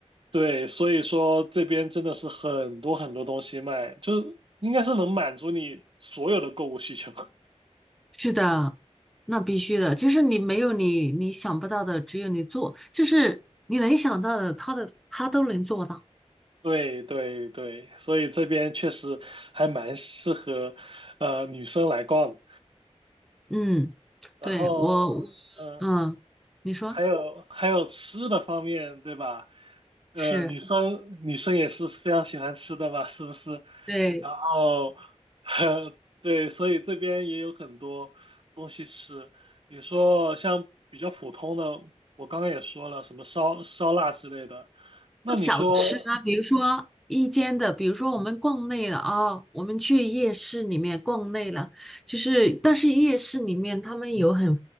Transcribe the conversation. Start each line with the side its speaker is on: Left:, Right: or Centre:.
Right: 对，所以说这边真的是很多很多东西卖，就是应该是能满足你所有的购物需求。<laughs>
Centre: 是的，那必须的，就是你没有你你想不到的，只有你做，就是你能想到的，他的他都能做到。
Right: 对对对，所以这边确实还蛮适合呃女生来逛的。
Centre: 嗯，
Right: 然后，
Centre: 对，我，我
Right: 嗯、
Centre: 嗯，你说
Right: 还有还有吃的方面，对吧？呃，
Centre: 是，
Right: 女生女生也是非常喜欢吃的嘛，是不是？
Centre: 对。
Right: 然后，<laughs> 对，所以这边也有很多东西吃。你说像比较普通的，我刚刚也说了，什么烧烧腊之类的。那你说，
Centre: 小吃啊，比如说一间的，比如说我们逛累了啊，我们去夜市里面逛累了，就是但是夜市里面他们有很